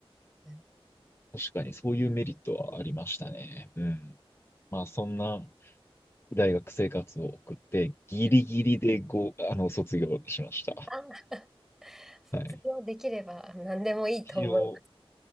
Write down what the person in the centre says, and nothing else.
うん
<laughs>
あ卒業できれば何でもいいと思います。